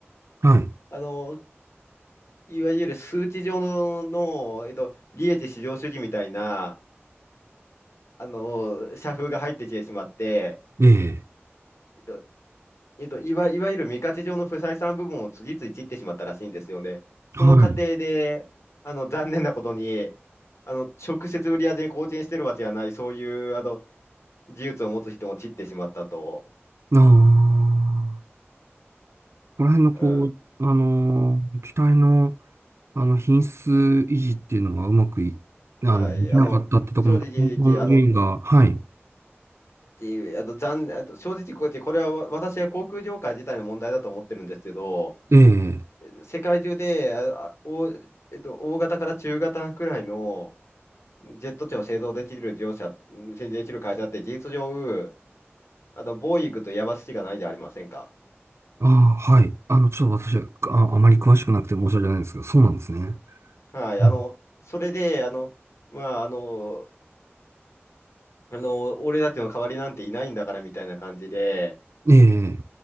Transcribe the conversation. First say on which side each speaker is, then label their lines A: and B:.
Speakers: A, on the right; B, on the left.
A: はい、
B: あの、いわゆる数値上の、の、えっと、利益至上主義みたいな、あの、社風が入ってきてしまって、
A: ええ、
B: えっとえっと、いわ、いわゆる未価値上の不採算部分を次々切ってしまったらしいんですよね。その過程で、
A: はい。
B: あの、残念なことに、あの、直接売り上げに貢献してるわけじゃない、そういう、あの、技術を持つ人も散ってしまったと。
A: ああ、この辺のこう、
B: うん、
A: あのー、機体の、あの品質維持っていうのがうまくい、あの、
B: はい。
A: できなかったってところの根本原因が、
B: あの、正直、あの、っ
A: はい、
B: てあの、残、あと正直こうやって、これはわ私は航空業界自体の問題だと思ってるんですけど、
A: ええ、
B: 世界中で、あ、あお、えっと、大型から中型くらいの、ジェット機を製造できる業者、製造できる会社って事実上、あの、ボーイングとヤマスしかないじゃありませんか。
A: ああ、はい。あの、ちょっと私は、あ、あまり詳しくなくて申し訳ないんですけど、そうなんですね。
B: はい。
A: うん
B: あの、それで、あの、まあ、あの、あの、俺たちの代わりなんていないんだからみたいな感じで、
A: ええ